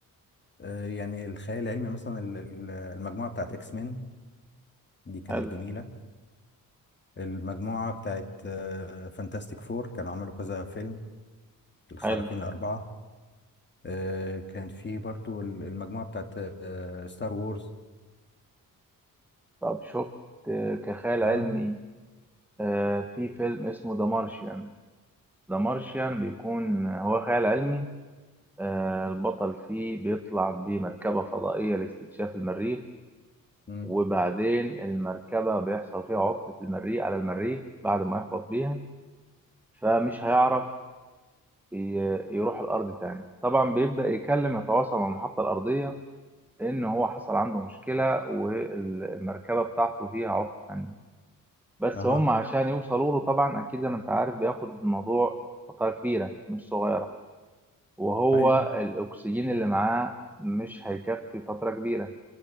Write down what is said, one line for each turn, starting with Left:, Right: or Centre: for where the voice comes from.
Left: آه، يعني الخيال العلمي مثلا ال- ال- المجموعة بتاعت اكس مان دي كانت
Centre: حلو
Left: جميلة المجموعة بتاعت فانتاستيك فور كانوا عملوا كذا فيلم الخارقين
Centre: حلو
Left: الأربعة آه، كان في برضو ال- المجموعة بتاعت ستار وورز
Centre: طب شفت آه، كخيال علمي
Left: اه
Centre: آه، في فيلم اسمه ذا مارشيان ذا مارشيان بيكون آه، هو خيال علمي آه، البطل فيه بيطلع بمركبة فضائية لاستكشاف المريخ
Left: امم
Centre: وبعدين المركبة بيحصل فيها عطل في المريخ على المريخ بعد ما يهبط بيها فمش هيعرف ي- يروح الأرض تاني طبعا بيبدأ يكلم يتواصل مع المحطة الأرضية إن هو حصل عنده مشكلة والمركبة بتاعته فيها عطل فني بس
Left: اها
Centre: هم عشان يوصلوا له طبعا أكيد زي ما أنت عارف بياخد الموضوع فترة كبيرة مش صغيرة وهو
Left: صحيح
Centre: الأكسجين اللي معاه مش هيكفي فترة كبيرة